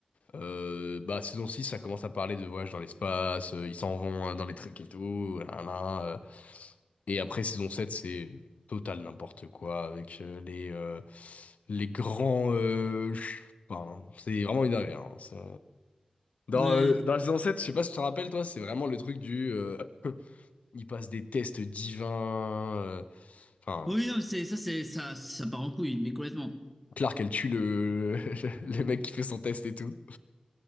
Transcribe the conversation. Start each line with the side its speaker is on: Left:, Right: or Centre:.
Left: euh, bah, saison 6 ça commence à parler de voyage dans l'espace, euh, ils s'en vont hein, dans les trucs et tout, là, là, euh. Et après, saison 7 c'est total n'importe quoi, avec euh, les, euh, les grands... euh, ch- Enfin, c'est vraiment une dinguerie, hein, ça. Dans,
Centre: Ouais.
Left: euh, dans la saison 7 je sais pas si tu te rappelles, toi, c'est vraiment le truc du... euh, <coughs> <laughs> ils passent des tests divins... euh, Enfin,
Centre: Oui, non, c'est ça, c'est ça, ça part en couille, mais complètement.
Left: Clark, elle tue le... <laughs> le mec qui fait son test et tout.